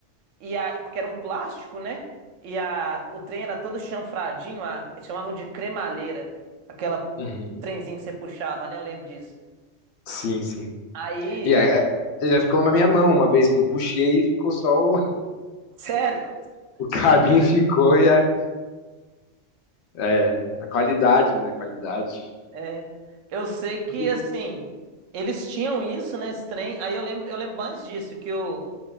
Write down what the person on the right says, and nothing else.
E a, porque era um plástico, né? E a, o trem era todo chanfradinho, a, eles chamavam de cremalheira, aquela
trenzinho que você puxava, né? Eu lembro disso.
Aí,
<laughs> sério,
é, eu sei que
assim, eles tinham isso, né, esse trem. Aí eu lembro, eu lembro mais disso, que o,